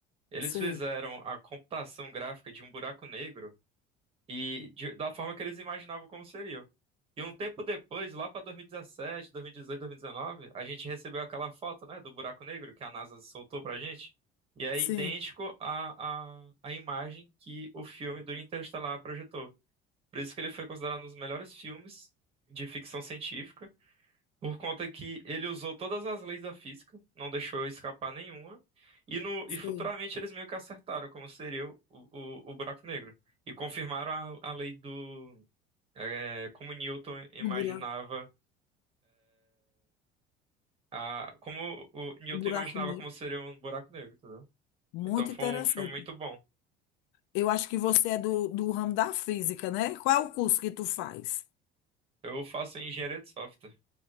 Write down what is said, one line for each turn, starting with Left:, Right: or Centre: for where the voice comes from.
Right: Eles
Left: Sei,
Right: fizeram a computação gráfica de um buraco negro e de- da forma que eles imaginavam como seriam. E um tempo depois, lá para 2017, 2018, 2019, a gente recebeu aquela foto, né, do buraco negro que a NASA soltou pra gente. E é
Left: sim,
Right: idêntico à, à, à imagem que o filme do Interestelar projetou. Por isso que ele foi considerado um dos melhores filmes de ficção científica. Por conta que ele usou todas as leis da física, não deixou escapar nenhuma, e, no,
Left: sei.
Right: e futuramente eles meio que acertaram como seria o, o, o buraco negro. E confirmaram a, a lei do. é, como Newton imaginava.
Left: O buraco,
Right: A, como o Newton
Left: o buraco
Right: imaginava
Left: negro.
Right: como seria um buraco negro, entendeu?
Left: Muito
Right: Então foi
Left: interessante.
Right: um filme muito bom.
Left: Eu acho que você é do, do ramo da física, né? Qual é o curso que tu faz?
Right: Eu faço engenharia de software.